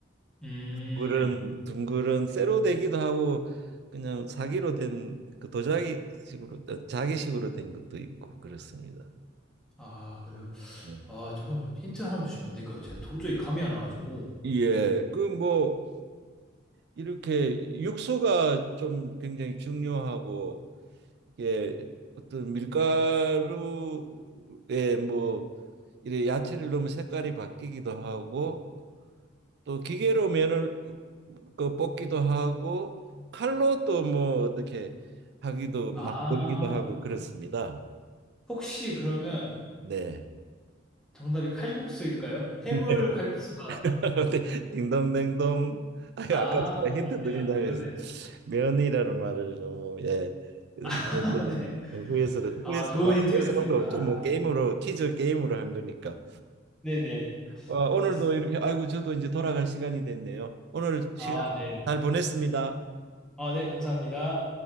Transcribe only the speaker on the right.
그런 둥그런 쇠로 되기도 하고 그냥 사기로 된 그 도자기식으로 어, 자기식으로 된 것도 있고 그렇습니다.
음.
예, 그 뭐 이렇게 육수가 좀 굉장히 중요하고 이게 어떤 밀가루에 뭐 이래 야채를 넣으면 색깔이 바뀌기도 하고 또 기계로 면을 그 뽑기도 하고 칼로 또 뭐 어떻게 하기도
만들기도 하고 그렇습니다.
네.
<laughs>
네.
<laughs> 딩동댕동. 아, 아까
제가 힌트
드린다면서
면이라는 말을 너무 예 말을
후에서
후에서
후에서 그런 거 없죠. 뭐
게임으로 퀴즈 게임으로 한 거니까.
어,
오늘도 이렇게 아이고 저도 이제 돌아갈 시간이 됐네요. 오늘 시간
잘 보냈습니다.